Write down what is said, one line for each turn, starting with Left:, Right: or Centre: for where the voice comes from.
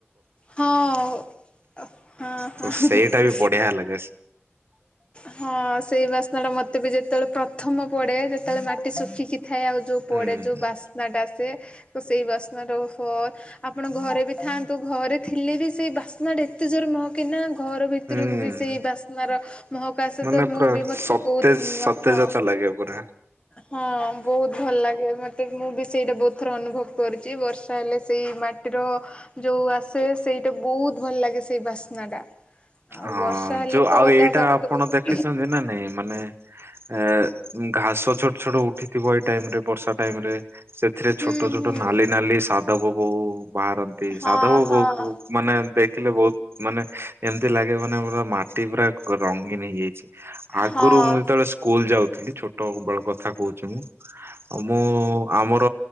Left: ହଁ ହଁ ହଁ
Right: ତ
Left: ହା।
Right: ସେଇଟା ବି ବଢିଆ ଲାଗେ
Left: ହଁ ସେଇ ବାସ୍ନା ଟା ମତେ ବି ଯେତେବେଳେ ପ୍ରଥମ ପଡେ ଯେତେବେଳେ ମାଟି ଶୁଖିକି ଥାଏ ଆଉ ଯୋଉ ପଡେ
Right: ହୁଁ
Left: ଯୋଉ ବାସ୍ନାଟା ସେ ସେଇ ବାସ୍ନାଟା ଓହୋ ଆପଣ ଘରେ ବି ଥାଆନ୍ତୁ ଘରେ ଥିଲେ ବି ସେଇ ବାସ୍ନାଟା ଏତେ ଜୋର କହ କି ନା ଘର ଭିତରକୁ
Right: ହୁଁ
Left: ବି ସେଇ ବାସ ମାର ମହକାଶ
Right: ମାନେ
Left: ତ ମୁଁ
Right: ପୁରା
Left: ବି ମତେ
Right: ସତେଜ
Left: ବହୁତ
Right: ସତେଜତା
Left: ହଁ
Right: ଲାଗେ ପୁରା
Left: ହଁ ବହୁତ ଭଲ ଲାଗେ ମତେ ମୁଁ ବି ସେଇଟା ବହୁତ ଥର ଅନୁଭବ କରୁଛି ବର୍ଷା ହେଲେ ସେଇ ମାଟି ମାଟିର ଯୋଉ ଆସେ ସେଇଟା ବହୁତ ଭଲ ଲାଗେ ସେଇ ବାସ୍ନା ଟା ଆଉ
Right: ହଁ
Left: ବର୍ଷା ହେଲେ
Right: ଯୋଉ
Left: ତ
Right: ଆଉ
Left: ଅଧା
Right: ଏଇଟା
Left: ପାଗ
Right: ଆପଣ
Left: ତ ବହୁତ
Right: ଦେଖିଛନ୍ତି ନା ନାଇଁ ମାନେ ଏ ଘାସ ଛୋଟ ଛୋଟ ଉଠିଥିବ ଏଇ ଟାଇମ ରେ ବର୍ଷା ଟାଇମ ରେ ସେଥିରେ
Left: ହୁଁ
Right: ଛୋଟ ଛୋଟ
Left: ହୁଁ
Right: ନାଲି ନାଲି ସାଧବ ବୋହୁ ବାହାରନ୍ତି
Left: ହଁ
Right: ସାଧବ
Left: ହଁ
Right: ବୋହୂ ମାନେ ଦେଖିଲେ ବହୁତ ମାନେ ଏମତି ଲାଗେ ମାନେ ଆମର ମାଟି ପୁରା ରଙ୍ଗୀନ ହେଇଯାଇଛି ଆଗରୁ
Left: ହଁ
Right: ମୁଁ ଯେତେବେଳେ ସ୍କୁଲ ଯାଉ ଥିଲି ଛୋଟ ବେଳ କଥା କହୁଛି ମୁଁ ମୁଁ ଆମର